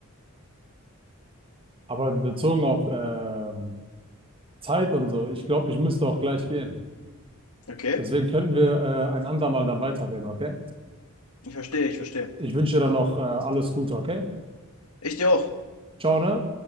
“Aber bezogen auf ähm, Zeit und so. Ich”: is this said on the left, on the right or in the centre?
Right